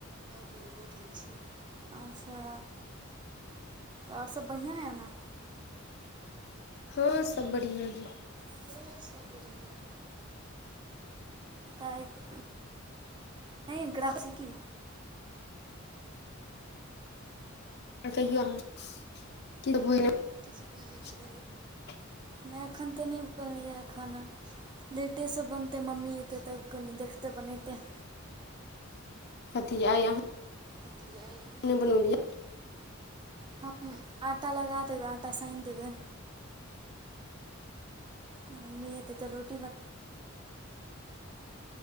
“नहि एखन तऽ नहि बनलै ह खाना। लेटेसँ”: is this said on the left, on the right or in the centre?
Right